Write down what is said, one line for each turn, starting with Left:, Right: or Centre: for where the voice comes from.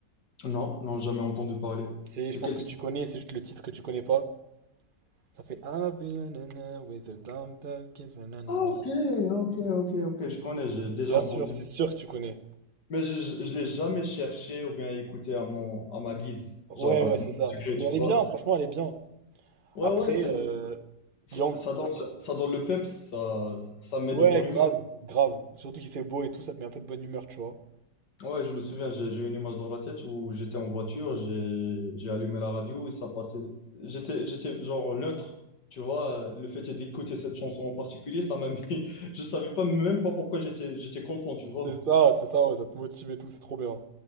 Left: Non, non, jamais entendu parler.
Right: C'est,
Left: C'est
Right: je pense
Left: quel...
Right: que
Left: type?
Right: tu connais, c'est juste le titre que tu connais pas. Ça fait I'll be in love with the Pumped Up Kids. nanana.
Left: Ah, ok, ok, ok, ok. Je connais, j'ai déjà
Right: Bien
Left: entendu.
Right: sûr, c'est sûr que tu connais.
Left: Mais je, je, l'ai jamais cherché ou bien écouté à mon, à ma guise.
Right: Ouais,
Left: Genre, euh,
Right: ouais,
Left: de
Right: c'est
Left: mon
Right: ça.
Left: degré,
Right: Mais
Left: tu
Right: elle est
Left: vois.
Right: bien,
Left: ça-
Right: franchement, elle est bien.
Left: Ouais,
Right: Après,
Left: ouais, c'est,
Right: euh,
Left: c'est-
Right: il
Left: ça donne, ça donne le peps, ça, ça me met
Right: ouais,
Left: de bonne
Right: grave,
Left: humeur.
Right: grave. Surtout qu'il fait beau et tout, ça te met un peu de bonne humeur, tu vois.
Left: Ouais, je me souviens, j'ai j'ai une image dans la tête où j'étais en voiture, j'ai j'ai allumé la radio et ça passait. J'étais j'étais genre neutre, tu vois. euh, Le fait d'écouter cette chanson en particulier, ça m'a mis. <laughs> Je savais pas même pas pourquoi j'étais j'étais content, tu vois.
Right: C'est ça, c'est ça, ouais, ça te motive et tout, c'est trop bien.